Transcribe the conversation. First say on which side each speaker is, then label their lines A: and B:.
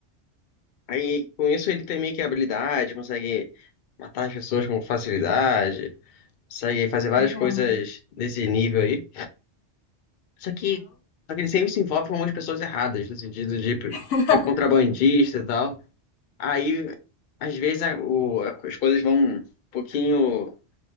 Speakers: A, on the left; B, on the left.
A: Aí com isso ele tem meio que habilidade, consegue matar as pessoas com facilidade, consegue fazer várias
B: Legal.
A: coisas desse nível aí. Só que, só que ele sempre se envolve com umas pessoas erradas, no sentido de tipo
B: <laughs> Legal.
A: tipo, contrabandista e tal. Aí, às vezes, a- o- a- as coisas vão um pouquinho